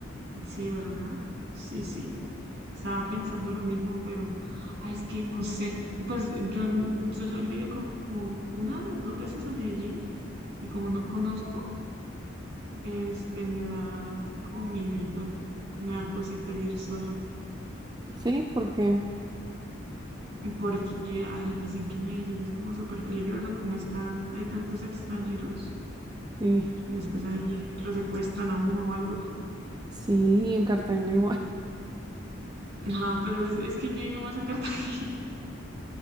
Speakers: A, on the right; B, on the right.
A: Sí, ¿verdad? Sí, sí. Estaba pensando lo mismo, pero, ay, es que no sé. Pues yo, n- yo solo he ido como una, dos veces a Medellín y como no conozco, este, me da como miedito, me da cosita ir sola.
B: Sí, porque
A: Porque, ay, dicen que Medellín es como súper peligroso, como están, hay tantos extranjeros,
B: sí,
A: después ahí lo secuestran a uno o algo.
B: sí, en Cartagena igual. <laughs>
A: Ajá, pero es, es que yo he ido más a Cartagena.